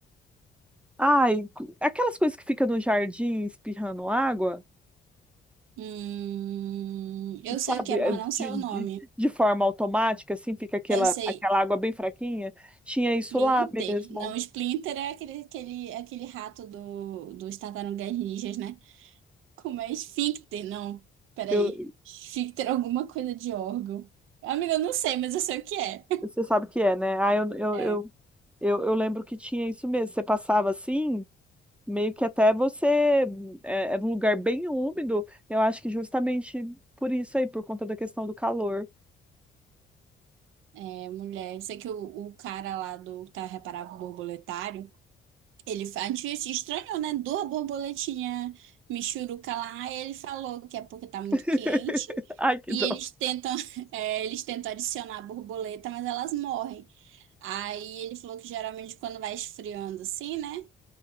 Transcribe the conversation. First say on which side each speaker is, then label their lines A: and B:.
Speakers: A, in the centre; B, on the right.
A: Ai, aquelas coisas que ficam no jardim espirrando água,
B: Hum, eu
A: sabe?
B: sei o que é,
A: É,
B: mas
A: De,
B: não sei o nome.
A: de, de forma automática, assim, fica aquela,
B: Eu sei
A: aquela água bem fraquinha. Tinha isso
B: Splinter.
A: lá mesmo.
B: Não, Splinter é aquele, aquele, aquele rato do, dos Tartarugas Ninjas, né? Como é Esfíncter? Não, peraí.
A: Eu,
B: Esfíncter é alguma coisa de órgão. Amiga, eu não sei, mas eu sei o que é.
A: você sabe o que é, né? Ah, eu, eu,
B: É,
A: eu, eu, eu lembro que tinha isso mesmo. Você passava assim. meio que até você é, é um lugar bem úmido, eu acho que justamente por isso aí, por conta da questão do calor.
B: é mulher. Sei que o, o cara lá do Tá Reparável Borboletário. Ele fa- a gente se estranhou, né? Duas borboletinhas michuruca lá, e ele falou que é porque tá muito
A: <laughs>
B: quente.
A: Ai, que
B: E
A: dó.
B: eles tentam, <laughs> é, eles tentam adicionar a borboleta, mas elas morrem. Aí ele falou que geralmente quando vai esfriando assim, né?